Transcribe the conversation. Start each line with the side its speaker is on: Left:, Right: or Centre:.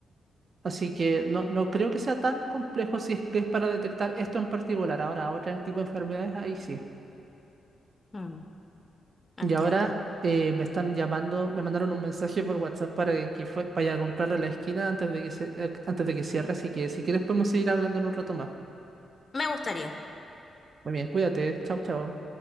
Right: Así que no, no creo que sea tan complejo si es que es para detectar esto en particular. Ahora, otro tipo de enfermedades, ahí sí.
Left: Mm, entiendo.
Right: Y ahora eh, me están llamando, me mandaron un mensaje por WhatsApp para que, que fue, vaya a comprar a la esquina antes de que se- eh, antes de que cierre, así que si quieres podemos seguir hablando en un rato más.
Left: Me gustaría.
Right: Muy bien, cuídate, chao, chao.